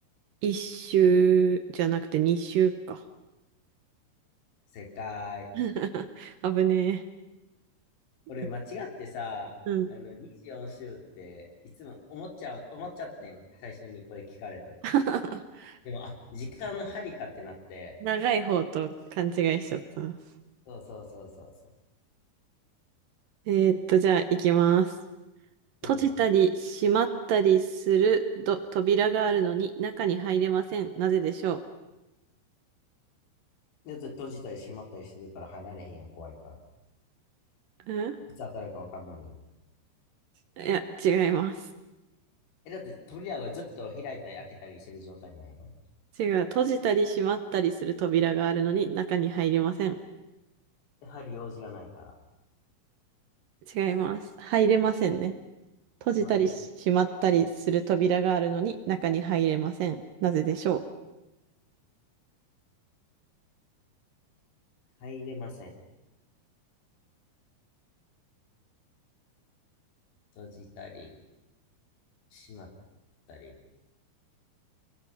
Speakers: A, on the right (about 70°); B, on the left (about 85°).
A: 一周じゃなくて二周か。
B: 正解。
A: <laughs> 危ね
B: 俺間違ってさ、
A: え。いうん。
B: あの、24周っていつも思っちゃう、思っちゃってん。最初にこれ聞かれたとき。
A: <laughs>
B: でも、あ、時間の針かってなって。
A: 長い方と勘違いしちゃった。
B: そうそうそうそうそ
A: えーっと、じゃあ、行きます。
B: う。
A: 閉じたり閉まったりするど扉があるのに中に入れません。
B: うん。
A: なぜでしょ
B: で、閉じたり閉まったりするから入られへんやん、怖いから。
A: ううんい
B: いつ当たるかわかんないのに。
A: や、違います。
B: え、だって扉がずっと開いたり開けたりしてる状態なんやろ
A: 違う。閉じたり閉まったりする扉があるのに中に入れません。
B: で、入る用事がないから。
A: 違います。入れませんね。閉じたり閉まったりする扉があるのに中に入れません。
B: なんで
A: なぜでしょ
B: 入れません。閉じたり、閉まったり。